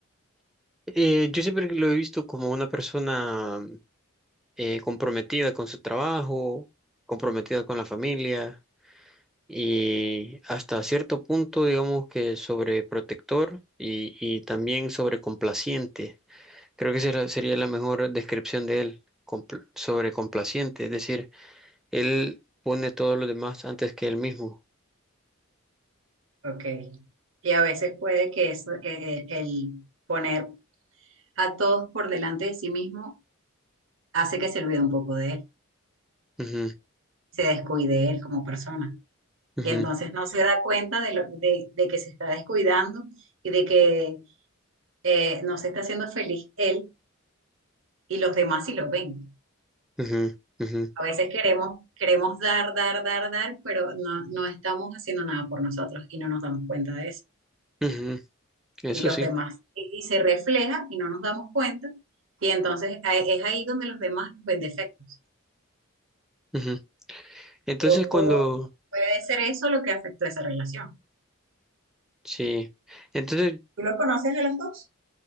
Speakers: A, in the centre; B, on the right.
A: eh, yo siempre lo he visto como una persona eh, comprometida con su trabajo, comprometida con la familia. Y hasta cierto punto, digamos que sobreprotector y, y también sobrecomplaciente. Creo que será- sería la mejor descripción de él, compl- sobrecomplaciente, es decir, él pone todos los demás antes que él mismo.
B: Ok. Y a veces puede que eso, eh, eh, el poner a todos por delante de sí mismo hace que se olvide un poco de él,
A: Ujú,
B: se descuide él como persona.
A: ujú,
B: Y entonces no se da cuenta de, lo, de, de que se está descuidando y de que eh, no se está haciendo feliz él y los demás sí lo ven.
A: ujú, ujú,
B: A veces queremos, queremos dar, dar, dar, dar, pero no, no estamos haciendo nada por nosotros y no nos damos cuenta de eso.
A: ujú, Eso
B: Y los
A: sí.
B: demás, y, y se refleja y no nos damos cuenta. Y entonces a- es ahí donde los demás nos ven defectos.
A: ujú. Entonces
B: O-
A: cuando,
B: o- Puede ser eso lo que afectó esa relación.
A: sí, entonces
B: ¿Tú lo conoces a los dos?